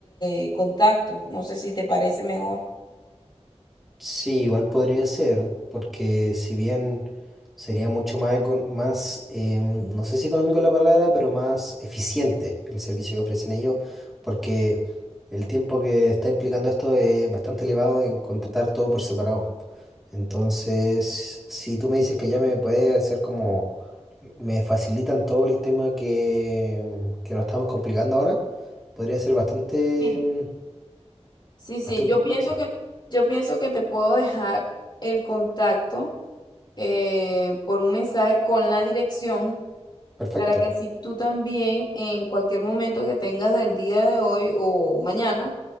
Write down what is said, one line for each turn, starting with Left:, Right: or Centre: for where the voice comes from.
Left: ese contacto. No sé si te parece mejor.
Centre: Sí, igual podría ser, porque si bien sería mucho más, econ- más em, no sé si económico es la palabra, pero más eficiente el servicio que ofrecen ellos, porque el tiempo que está implicando esto es bastante elevado en contratar todo por separado. Entonces, si tú me dices que ya me puede hacer como, me facilitan todo el tema que, que nos estamos complicando ahora, podría ser bastante,
Left: Sí,
Centre: em,
Left: sí, sí,
Centre: bastante
Left: yo
Centre: convencido.
Left: pienso que, yo pienso que te puedo dejar el contacto eh, por un mensaje con la dirección
Centre: Perfecto.
Left: para que así tú también en cualquier momento que tengas del día de hoy o mañana,